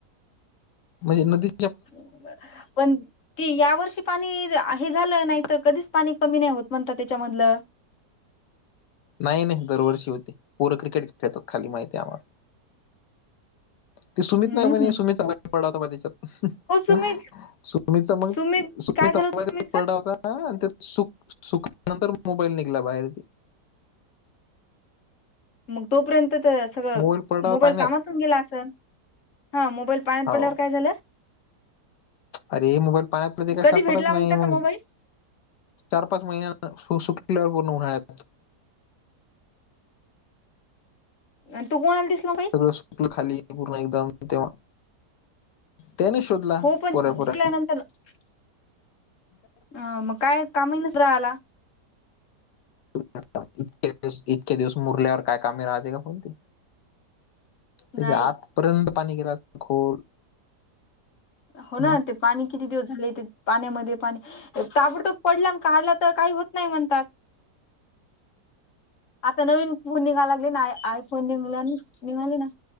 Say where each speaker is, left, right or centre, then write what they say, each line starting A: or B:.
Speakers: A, on the left; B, on the left.
A: म्हणजे नदी
B: <unintelligible> पण ती ह्या वर्षी पाणी हे झालं नाही तर कधीच पाणी कमी नाही होत म्हणत त्याच्यामधलं.
A: नायी नायी दरवर्षी होते पोरं क्रिकेट खेळतत खाली माहितीये आम्हाला. ते सुमीत
B: हम्म
A: लमानी
B: हम्म
A: सुमीत चांगला <inaudible> पडाला होता बघा त्याच्यात. <unintelligible>
B: हो सुमित
A: सुमीत <inaudible>
B: सुमित काय झालं होतं सुमितच
A: हां ते सुक सुकल्या नंतर मोबाईल निघला बाहेर ते.
B: मग तोपर्यंत तर सगळ
A: मोबाईल पडला
B: मोबाईल
A: पाण्यात
B: कामात तुन गेला असल हां मोबाईल पाण्यात
A: हाव
B: पडल्यावर काय झालं?
A: अरे मोबाईल पाण्यात पडले काही
B: कधी
A: सापडच
B: भेटला
A: नायी
B: त्याचा
A: मग
B: मोबाईल
A: चार पाच महिन्या सु शुकल्यावर पूर्ण उन्हाळ्यात.
B: अण तो कोणाला दिसला मग
A: सगळं सुटलं खाली पूर्ण एकदम तेव्हा त्यांनी शोधला
B: हो पण
A: पोरा पोरांनी
B: <inaudible> अं मग काय कामही नसला आला
A: <inaudible> इतके इतके दिवस मुरल्यावर काय कामे राहते का कोणती. त्याच्या
B: नाही
A: आतपर्यंत पाणी गेलं असत खोल
B: हों ना
A: मग
B: ते पाणी किती दिवस झाले ते पाण्यामध्ये पाणी ताबडतो पडला ना काढला तर काही होत नाही म्हणतात. आता नवीन फोन निघालागलेना आय फोन निघला नाय निघाले ना